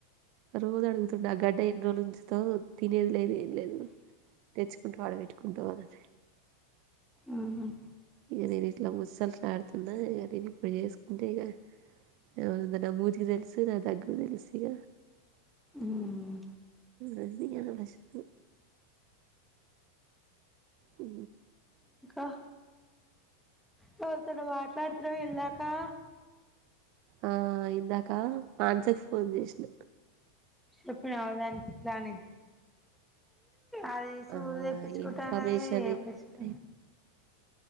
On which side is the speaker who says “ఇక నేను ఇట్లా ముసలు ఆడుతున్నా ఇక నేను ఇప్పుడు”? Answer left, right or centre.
Right